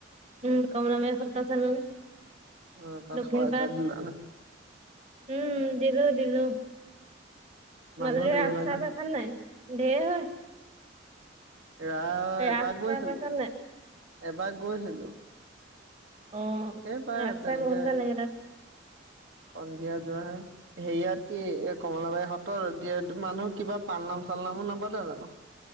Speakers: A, on the right; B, on the right.
A: উম কমলাবাৰী সত্ৰ চালো
B: অ' তাত
A: দক্ষিণপাট
B: সৰাই চৰাই দিলা নে নাই।
A: উম, দিলো দিলো।
B: মানুহ
A: মাজুলি
B: ধেৰ
A: ৰাখ
B: হয়
A: চাই
B: নহয়
A: পাইছানে নাই ঢেয় হয়।
B: ৰা
A: ৰাস
B: এবাৰ গৈছিলো,
A: চাই পাইছা নাই
B: এবাৰ গৈছিলো।
A: অ'
B: সেইবাৰ
A: ৰাস
B: তেনেকে
A: চাই বহুত ভাল লাগে তাত।
B: সন্ধিয়া যোৱাাহে হেৰিয়াত কি এ কমলাবাৰী সত্ৰ দ মানুহ কিবা পাম পালনাম চাল্লা নাম নো নাপতে জানো।